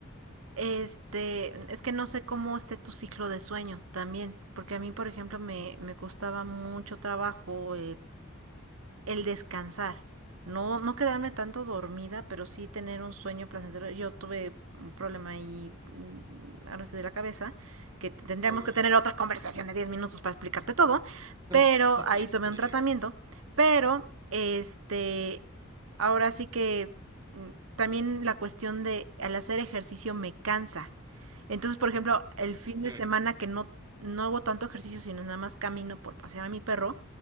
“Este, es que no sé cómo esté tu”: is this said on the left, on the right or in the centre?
Right